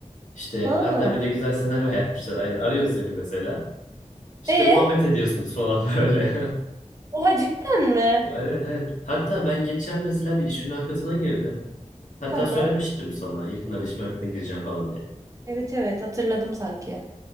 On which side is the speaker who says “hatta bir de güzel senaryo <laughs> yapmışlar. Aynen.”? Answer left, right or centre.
Left